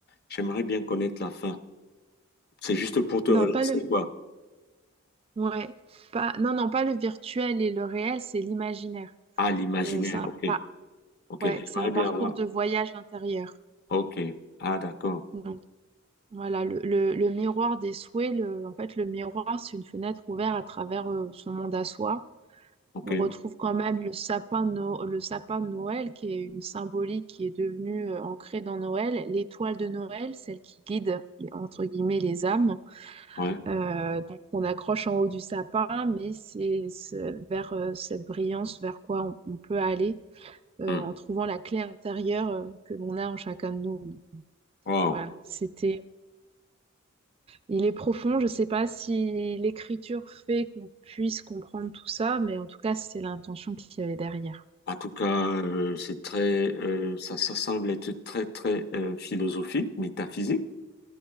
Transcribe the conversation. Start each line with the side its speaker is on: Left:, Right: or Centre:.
Left: J'aimerais bien connaître la fin. C'est juste pour te
Right: Non,
Left: relancer,
Right: pas le,
Left: quoi.
Right: ouais, pas, non, non, pas le virtuel et le réel, c'est l'imaginaire.
Left: Ah, l'imaginaire,
Right: Euh, c'est un,
Left: ok,
Right: pas,
Left: ok.
Right: ouais,
Left: J'aimerais
Right: c'est un parcours
Left: bien avoir.
Right: de voyage intérieur.
Left: Ok. Ah, d'accord.
Right: Donc, voilà, le, le, le miroir des souhaits, le, en fait, le miroir, c'est une fenêtre ouverte à travers euh, son monde à soi.
Left: Ok.
Right: on retrouve quand même le sapin, de No- le sapin de Noël, qui est une symbolique qui est devenue euh, ancrée dans Noël, l'étoile de Noël, celle qui guide, les- entre guillemets, les âmes,
Left: Ouais.
Right: euh, donc qu'on accroche en haut du sapin, mais c'est c'est vers euh, cette brillance vers quoi on, on peut aller euh,
Left: Hmm.
Right: en trouvant la clé intérieure euh, que l'on a en chacun de nous.
Left: Wow.
Right: Voilà, c'était. Il est profond, je ne sais pas si l'écriture fait qu'on puisse comprendre tout ça, mais en tout cas, c'est l'intention qu'il y avait derrière.
Left: En tout cas, euh, c'est très, euh, ça, ça semble être très, très euh, philosophique, métaphysique,